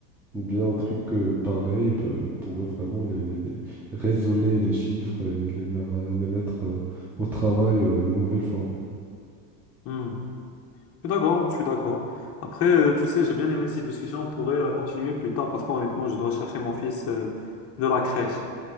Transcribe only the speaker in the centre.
ou bien un truc euh, pareil, bah, il pourrait vraiment les, les- les- raisonner les chiffres et les, mer- euh, les mettre euh, au travail euh, une nouvelle fois.